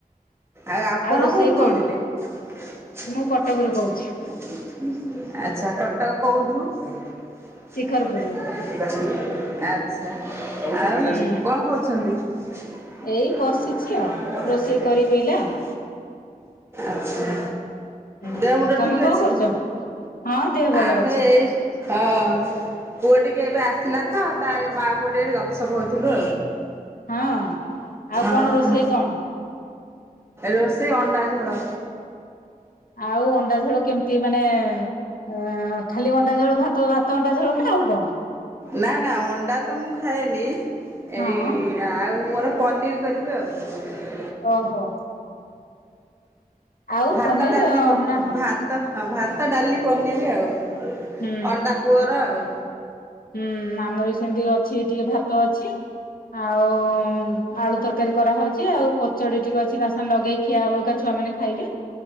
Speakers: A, on the right; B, on the left.
A: ଆଉ ଆପଣ
B: ରୋଷେଇ
A: କୋଉଠୁ
B: କଣ?
A: କହୁଥିଲେ? ଆଚ୍ଛା
B: ମୁଁ କଟକରୁ କହୁଛି
A: କଟକ କୋଉଠୁ? ଆଚ୍ଛା।
B: ଶିଖରପୁରରୁ।
A: କଣ
B: ହୁଁ
A: କରୁଛନ୍ତି?
B: ଏଇ ବସିଛି ଆଉ
A: କଛି
B: ରୋଷେଇ କରିବି
A: <inaudible>
B: ଏଇଲା।
A: ଆଛା
B: ହୁଁ
A: ଦେହ ମୁଣ୍ଡ
B: ତମେ
A: ଠିକ
B: କଣ
A: ଅଛି?
B: କରୁଛ? ହଁ ଦେହ ଭଲ
A: ଆମେ
B: ଅଛି।
A: ଏଇସ ହଁ ପୁଅ ଟିକେ ଏବେ ଆସିଲା ତ ତାରେ ମାଆ ପୁଅ ଟିକେ ଏଠି ଗପ ସପ ହେଉଥିଲୁ
B: ହଁ କଣ
A: ଆଉ।
B: ରୋଷେଇ
A: <unintelligible> ହଁ।
B: କଣ?
A: ରୋଷେଇ ଅଣ୍ଡା ଖେଳ।
B: ଆଉ ଅଣ୍ଡା ଝୋଳ କେମିତି ମାନେ ଅ ଖାଲି ଅଣ୍ଡା ଝୋଳ ଭାତ ଭାତ ଅଣ୍ଡା ଝୋଳ ନା ଆଉ କଣ।
A: ନା ନା ଅଣ୍ଡା ତ ମୁଁ ଖାଏନି!
B: ହଁ
A: ଏଇ ଆଉ ମୁଁର ପନିର କରିବି ଆଉ।
B: ଓହୋ। ଆଉ
A: ଭାତ
B: ପନିର
A: ଡାଲି ପ
B: ନା
A: ଭାତ ହ ଭାତ ଡାଲି ପନିର ଆଉ।
B: ହୁଁ
A: ଅଣ୍ଡା ପୁଅର ଆଉ।
B: ହୁଁ ଆମର ବି ସେମିତି ଅଛି। ଟିକେ ଭାତ ଅଛି ଆଉ ଆଳୁ ତରକାରୀ କରାହେଉଛି। ଆଉ କଚଡି ଟିକେ ଅଛି ତା ସାଙ୍ଗେ ଲଗେଇ ଖିଆ ହବ ଏକ ଛୁଆ ମାନେ ଖାଇବେ।